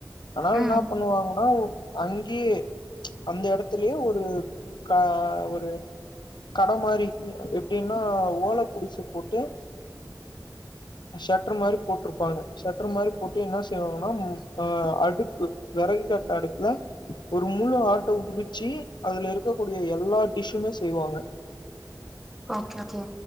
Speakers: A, on the left; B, in the centre.
A: அதனால
B: ம்
A: என்ன பண்ணுவாங்கன்னா அங் கியே அந்த எடத்துலயே ஒரு கா ஒரு கட மாறி எப்படின்னா ஓல குடிச போட்டு ஷட்டர் மாறி போட்டிருப்பாங்க ஷட்டர் மாறி போட்டு என்ன செய்வாங்கன்னா ஆ அடுப்பு வெறகு கட்ட அடுப்புல ஒரு முழு ஆட்ட உரிச்சி அதுல இருக்கக்கூடிய எல்லா டிஷ்ஷூமே செய்வாங்க
B: ஓக்கே ஓகே